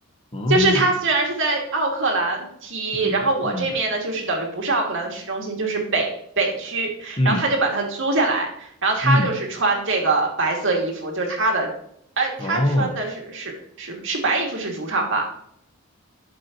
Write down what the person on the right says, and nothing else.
就是她虽然是在奥克兰踢，
然后我这边呢，就是等于不是奥克兰的市中心，就是北北区，
然后她就把它租下来，然后她就是穿这个白色衣服，
就是她的，哎，她穿的是是是是白衣服是主场吧？